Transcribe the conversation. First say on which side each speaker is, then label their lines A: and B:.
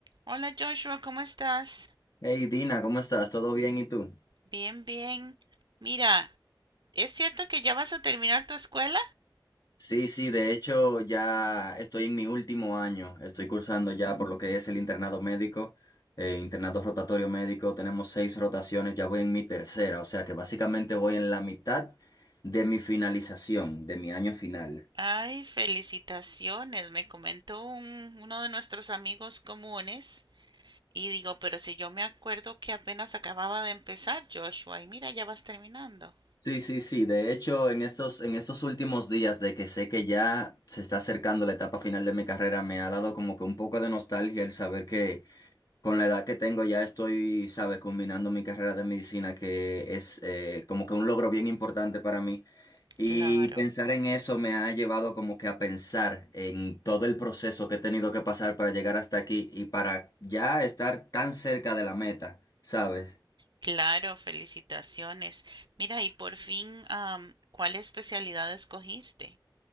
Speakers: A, on the right (about 65°); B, on the left (about 50°).
A: Hola Joshua, ¿cómo estás?
B: Hey Dina, ¿cómo estás? ¿Todo bien? ¿Y tú?
A: Bien, bien. Mira, ¿es cierto que ya vas a terminar tu escuela?
B: Sí, sí, de hecho ya estoy en mi último año, estoy cursando ya por lo que es el internado médico, eh, internado rotatorio médico, tenemos seis rotaciones, ya voy en mi tercera, o sea que básicamente voy en la mitad de mi finalización, de mi año final.
A: Ay, felicitaciones, me comentó un- uno de nuestros amigos comunes. Y digo, pero si yo me acuerdo que apenas acababa de empezar, Joshua, y mira, ya vas terminando.
B: Sí, sí, sí, de hecho en estos, en estos últimos días de que sé que ya se está acercando la etapa final de mi carrera, me ha dado como que un poco de nostalgia el saber que Con la edad que tengo ya estoy, sabe, combinando mi carrera de medicina, que es eh, como que un logro bien importante para mí. Y
A: Claro,
B: pensar en eso me ha llevado como que a pensar en todo el proceso que he tenido que pasar para llegar hasta aquí y para ya estar tan cerca de la meta, ¿sabes?
A: claro, felicitaciones. Mira, y por fin, am, ¿cuál especialidad escogiste?